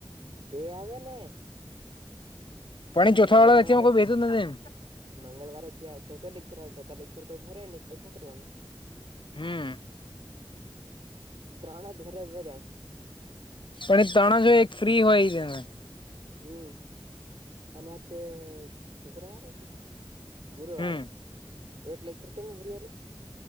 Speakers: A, on the right; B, on the left.
A: બે આવેને
B: પણણી ચોથા
A: મંગળવારે
B: વાળા લેક્ચર માં કોઈ
A: છે
B: બેહેતું નથી એમ.
A: મંગળવારે છો લેક્ચર છો લેક્ચર કોઈ ભરેય ને તો શું કરવાનું?
B: હમ
A: ત્રણ જ ભરે બધા
B: પણ એ ત્રણ જ એક ફ્રી હોય છે.
A: હમ અને તે શુક્રવારે કે ગુરુવારે?
B: હમ
A: એક લેક્ચર કેમમે ભરીયલે?